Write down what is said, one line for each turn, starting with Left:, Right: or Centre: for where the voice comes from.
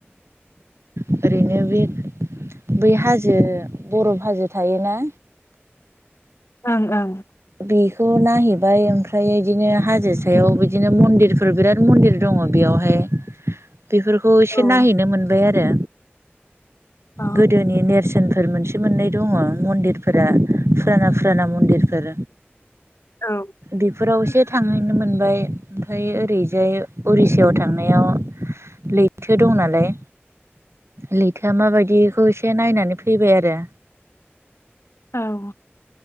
Right: ओरैनो बे बै हाजो बरफ हाजो थायोना
Left: ओं ओं
Right: बेखौ नायहैबाय ओमफ्राय बिदिनो हाजो सायाव बिदिनो मन्दिरफोर बिराद मन्दिर दङ बेयावहाय बेफोरखौ एसे
Left: ओं
Right: नायहैनो
Left: ओं
Right: मोनबाय आरो
Left: औ
Right: गोदोनि नेरसोनफोर मोनसे मोननै दङ मन्दिरफोरा फुराना फुराना मन्दिरफोर
Left: औ
Right: बे फोराव थांहैनो मोनबाय ओमफ्राय ओरैजाय उरिसायाव थांनायाव लैथो दं नालाय लैथोआ माबायदिखौ एसे नायनानै फैबाय आरो
Left: औ